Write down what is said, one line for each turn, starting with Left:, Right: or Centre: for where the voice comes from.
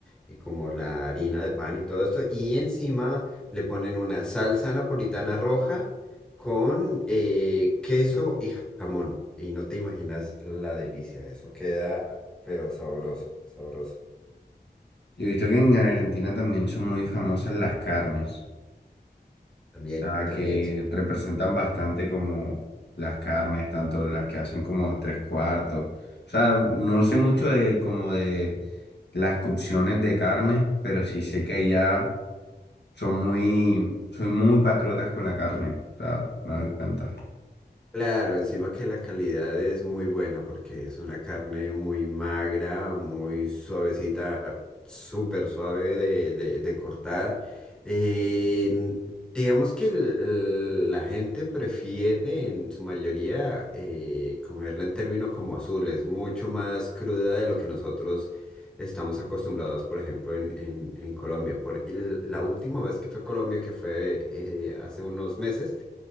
Centre: y como la harina de pan y todo esto. Y encima le ponen una salsa napolitana roja con eh, queso y jamón. Y no te imaginas la delicia, eso queda, pero sabroso, sabroso.
Left: Yo he visto que en Argentina también son muy famosas las carnes,
Centre: También,
Left: o sea,
Centre: también.
Left: que representan bastante como las carnes, tanto las que hacen como de tres cuartos. O sea, no sé mucho de como de las cocciones de carne, pero sí sé que allá son muy, son muy patriotas con la carne, o sea, me doy cuenta.
Centre: Claro, encima que la calidad es muy buena porque es una carne muy magra, muy suavecita, súper suave de, de- de cortar. Eh, n- digamos que el- el- la gente prefiere en su mayoría eh, comerla en términos como azul, es mucho más cruda de lo que nosotros estamos acostumbrados, por ejemplo, en, en- en Colombia. Por, el- la última vez que fue a Colombia, que fue eh, hace unos meses,